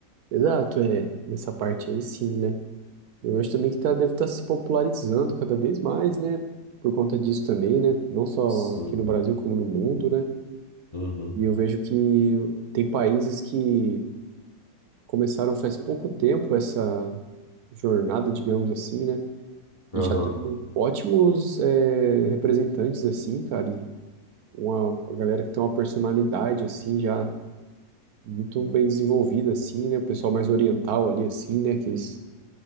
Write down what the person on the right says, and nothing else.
exato, é, nessa parte aí sim, né? Eu acho também que tá, deve estar se popularizando cada vez mais, né? Por conta disso também, né? Não só
aqui no Brasil, como no mundo, né?
E eu vejo que tem países que começaram faz pouco tempo essa jornada, digamos assim, né?
E já tem ótimos é, representantes, assim, cara, e uma, uma galera que tem uma personalidade, assim, já muito bem desenvolvida, assim, né? O pessoal mais oriental ali, assim, né? Que eles